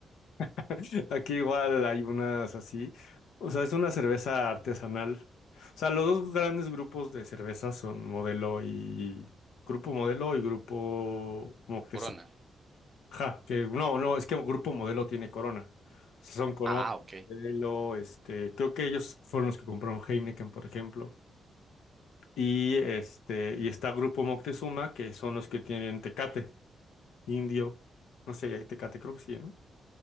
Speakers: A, on the left (about 85°); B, on the right (about 30°).
A: <laughs> Aquí igual hay unas así. O sea, es una cerveza artesanal. O sea, los dos grandes grupos de cervezas son Modelo y Grupo Modelo y Grupo Moctezuma.
B: Corona.
A: Ajá, que no, no, es que Grupo Modelo tiene Corona. O sea, son Corona,
B: Ah, ok.
A: Modelo, este, creo que ellos fueron los que compraron Heineken, por ejemplo. Y este, y está Grupo Moctezuma, que son los que tienen Tecate, Indio. No sé, si hay Tecate, creo que sí, ¿no?